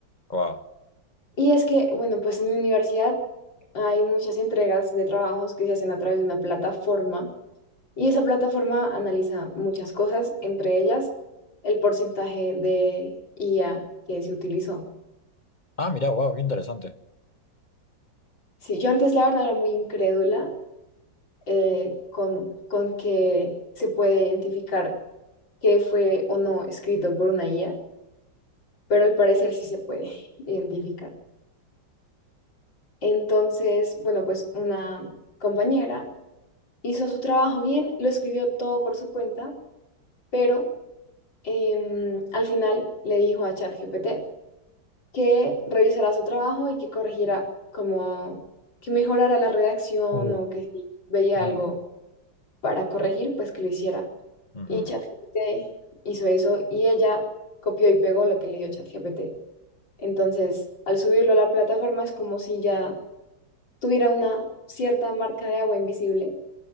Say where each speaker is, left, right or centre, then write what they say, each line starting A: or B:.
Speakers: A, on the left (about 30°); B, on the left (about 70°).
A: Wow.
B: Y es que, bueno, pues en mi universidad hay muchas entregas de trabajos que se hacen a través de una plataforma y esa plataforma analiza muchas cosas, entre ellas el porcentaje de IA que se utilizó.
A: Ah, mira, wow, qué interesante.
B: Sí, yo antes la verdad era muy incrédula eh, con, con que se puede identificar qué fue o no escrito por una IA, pero al parecer sí se puede <laughs> identificar. Entonces, bueno, pues una compañera hizo su trabajo bien, lo escribió todo por su cuenta, pero em, al final le dijo a ChatGPT que revisara su trabajo y que corrigiera como que mejorara la redacción
A: Oh.
B: o que si veía
A: Mm.
B: algo para corregir, pues que lo hiciera.
A: Ujú.
B: Y ChatGPT hizo eso y ella copió y pegó lo que le dio ChatGPT. Entonces, al subirlo a la plataforma es como si ya tuviera una cierta marca de agua invisible.